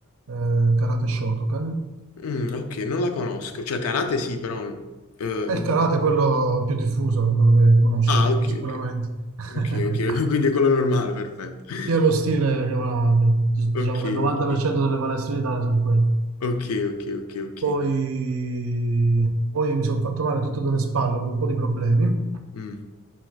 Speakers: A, on the right; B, on the left.
A: eh, karate Shotokan.
B: mm, ok, non la conosco. Cioè, karate sì, però... eh,
A: E
B: non-
A: il karate è quello più diffuso, quello che conosci
B: Ah,
A: anche
B: ok,
A: tu sicuramente.
B: ok.
A: <laughs>
B: Ok, ok, <laughs> quindi è quello normale, perfetto. <laughs>
A: Sì, è lo stile che va, diciamo
B: Ok,
A: che il 90%
B: ok,
A: delle palestre in Italia sono quelle.
B: ok, ok, ok, ok.
A: Poi, poi mi sono fatto male a tutte e due le spalle, ho avuto un po' di problemi
B: Mm,